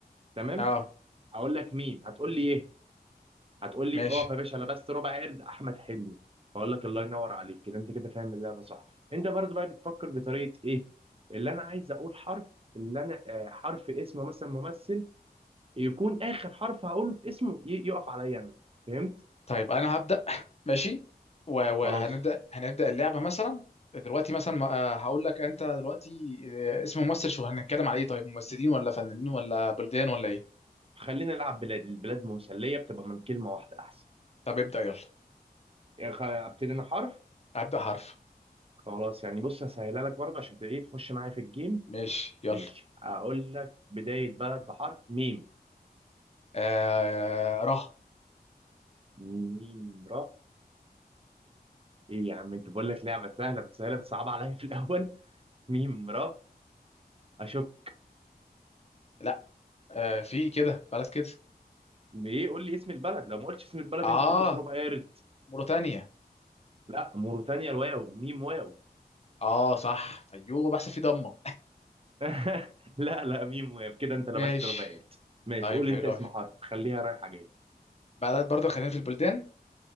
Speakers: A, on the right (about 35°); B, on the left (about 40°).
A: تمام
B: اه
A: هقول لك ميم هتقول لي ايه هتقول لي
B: ماشي
A: اقف يا باشا لبست ربع قرد احمد حلمي هقول لك الله ينور عليك كده انت كده فاهم اللعبه صح انت برضو بقى بتفكر بطريقه ايه اللي انا عايز اقول حرف اللي انا آه، حرف اسم مثلا ممثل يكون اخر حرف هقوله في اسمه ي- يقف عليا انا فهمت
B: طيب انا هبدا <laughs> ماشي و- وهنبدا
A: خلاص
B: هنبدا اللعبه مثلا دلوقتي مثلا ما- آه، هقول لك انت دلوقتي آه، اسم ممثل شو هنتكلم على ايه طيب ممثلين ولا فنانين ولا بلدان ولا ايه
A: خلينا نلعب بلاد البلاد مسليه بتبقى من كلمه واحده احسن
B: طب ابدا يلا
A: يعني خ- ابتدي انا حرف
B: ابدا حرف
A: خلاص يعني بص هسهلها لك برضه عشان تبقى ايه تخش معايا في الجيم
B: ماشي يلا
A: ماشي اقول لك بدايه بلد بحرف ميم
B: آه ره
A: ميم را ايه يا عم انت بقول لك لعبه سهله بس سهله بتصعب عليا في الاول ميم را اشوف
B: لا آه في كده بلد كده
A: ايه قول لي اسم البلد لو ما قلتش اسم البلد
B: اه
A: انت تلبس ربع قارد
B: موريتانيا
A: لا موريتانيا الواو ميم واو
B: اه صح ايوه بحسب في ضمه
A: <laughs> لا لا ميم واقف كده انت لبست
B: ماشي
A: رباعيات ماشي
B: طيب
A: قول
B: حلو
A: انت اسم
B: قوي
A: حرف خليها رايحه جايه
B: بلد برضه خلينا في البلدان